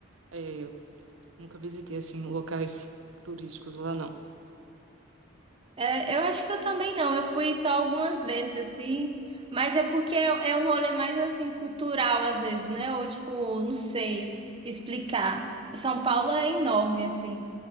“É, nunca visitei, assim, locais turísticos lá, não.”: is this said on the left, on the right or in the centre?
Right